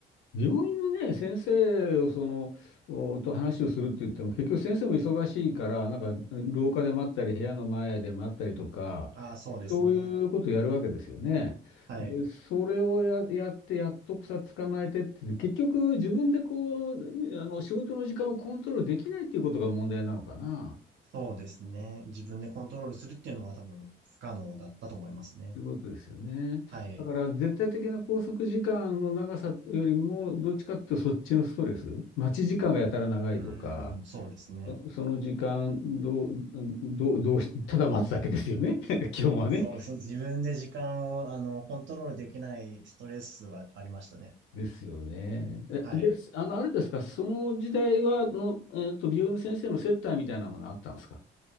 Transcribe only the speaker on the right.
ああ、そうですね。
はい。
そうですね。自分でコントロールするっていうのは多分不可能だったと思いますね。
はい。
うーん、そうですね。
そうですね。自分で時間を、あの、コントロールできないストレスはありましたね。
はい。